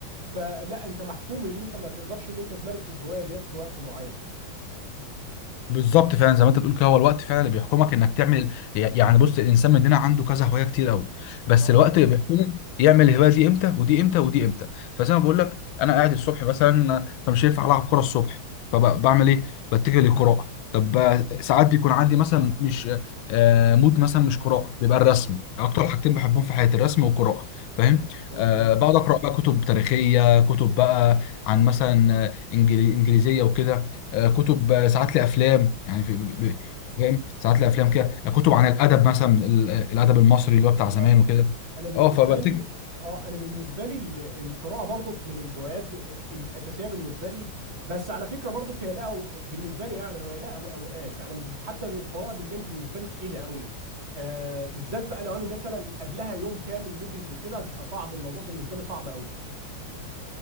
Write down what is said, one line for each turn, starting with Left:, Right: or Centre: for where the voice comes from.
Right: فلا انت محكوم ان انت ما تقدرش ان انت تمارس الهوايه ديت في وقت معين
Left: بالظبط فعلا زي ما انت بتقول كده هو الوقت فعلا اللي بيحكمك انك تعمل يعني بص الانسان مننا عنده كذا هوايه كتير قوي بس
Right: اه
Left: الوقت اللي بيحكمه يعمل الهوايه دي امتى ودي امتى ودي امتى فزي ما بقول لك انا قاعد الصبح مثلا فمش هينفع العب كوره الصبح فبعمل ايه؟ بتجه للقراءه طب آه، ساعات بيكون عندي مثلا مش آه مود مثلا مش قراءه بيبقى الرسم اكتر حاجتين بحبهم في حياتي الرسم والقراءه فاهم؟
Right: مظبوط
Left: آه بقعد اقرا بقى كتب تاريخيه كتب بقى عن مثلا آه، إنجلي- انجليزيه وكده آه، كتب آه، ساعات لي افلام يعني في ب-
Right: مم.
Left: ب- فاهم ساعات لي افلام كده آه، كتب عن الادب مثلا ال- الادب المصري اللي هو بتاع
Right: هو
Left: زمان وكده
Right: انا بالنسبه
Left: اه فبتيجي
Right: لي اه انا بالنسبه لي ال- القراءه برضك من الهوايات ال- الاساسيه بالنسبه لي بس على فكره برضك هي لا بالنسبه لي يعني هي لا أو- اوقات يعني حتى القراءه بالليل بالنسبه لي تقيله قوي آه بالذات بقى لو انا مثلا قبلها يوم كامل مجهد وكده بيبقى صعب الموضوع بالنسبه لي صعب قوي